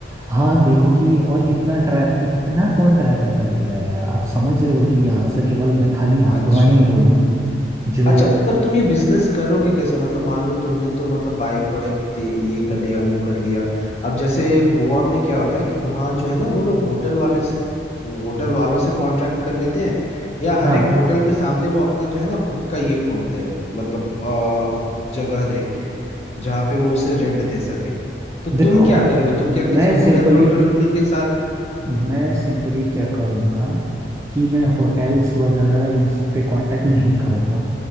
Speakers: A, on the right; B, on the left.
A: हाँ देखो कि और इतना ट्रा इतना कौन ट्रैवल कर लेगा यार आप समझ रहे हो कि यहाँ से केवल मैं खाली हल्द्वानी
B: अच्छा
A: ही बोलूं जो
B: अच्छा पर तुम ये बिजनेस करोगे कैसे मतलब मान लो तुमने तो मतलब बाइक वाइक दे ये कर लिया वो कर लिया अब जैसे गोवा में क्या होता है कि वहाँ जो है ना वो लोग होटल वाले होटल वालों से कॉन्ट्रैक्ट कर लेते हैं या हर
A: हाँ
B: एक होटल के सामने वो अपना जो है ना खुद का ये खोलते हैं मतलब अ, जगह देख के जहाँ पे वो उसे रेंट दे सके तो तुम
A: देखो
B: क्या
A: भाई
B: करोगे तुम क्या किसी
A: मैं
B: होटल
A: सिंपली
B: होटल होटल के साथ हम्म
A: मैं सिंपली क्या करूँगा कि मैं होटल्स वगैरह इन सब पे कांटेक्ट नहीं करूँगा